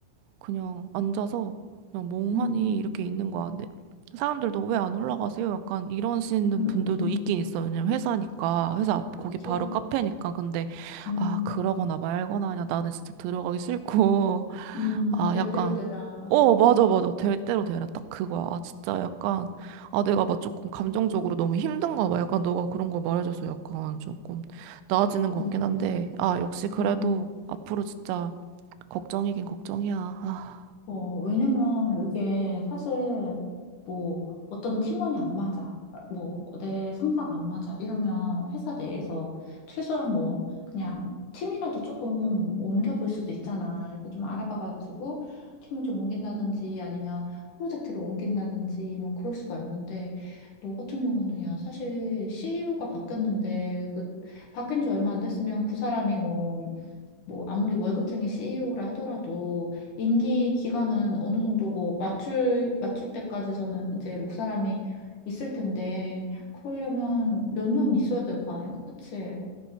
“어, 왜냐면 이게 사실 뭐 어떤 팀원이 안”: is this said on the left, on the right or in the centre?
Left